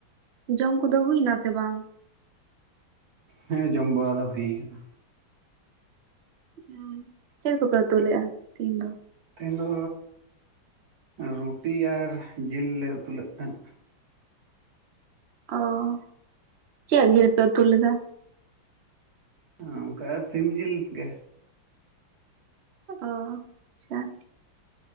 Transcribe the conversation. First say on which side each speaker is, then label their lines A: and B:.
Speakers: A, on the right; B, on the right.
A: ᱡᱚᱢ ᱠᱚᱫᱚ ᱦᱩᱭ ᱱᱟ ᱥᱮ ᱵᱟᱝ?
B: ᱦᱮᱸ ᱡᱚᱢ ᱵᱟᱲᱟ ᱫᱚ ᱦᱩᱭ ᱟᱠᱟᱱᱟ
A: ᱩᱸ ᱪᱮᱞᱮ ᱠᱚᱯᱮ ᱩᱛᱩ ᱞᱮᱜᱼᱟ ᱛᱤᱦᱤᱧ ᱫᱚ?
B: ᱛᱮᱦᱮᱧ ᱫᱚ ᱨᱩᱴᱤ ᱟᱨ ᱡᱤᱞ ᱞᱮ ᱩᱛᱩ ᱞᱮᱫ ᱛᱟᱦᱮᱸᱫ᱾
A: ᱚᱻᱚ ᱪᱮᱫ ᱡᱤᱞ ᱯᱮ ᱩᱛᱩ ᱞᱮᱫᱟ?
B: ᱚᱱᱠᱟ ᱥᱤᱢ ᱡᱤᱞ ᱜᱮ᱾
A: ᱚ ᱟᱪᱪᱷᱟ᱾